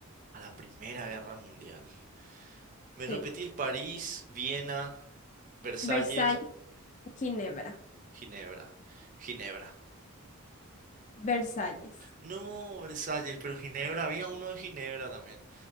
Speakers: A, on the right (about 35°); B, on the left (about 35°).
A: A la Primera Guerra Mundial. Me repetís
B: Sí.
A: París, Viena, Versalles,
B: Versalles, Ginebra,
A: Ginebra. Ginebra.
B: Versalles.
A: No, Versalles, pero Ginebra, había uno de Ginebra también.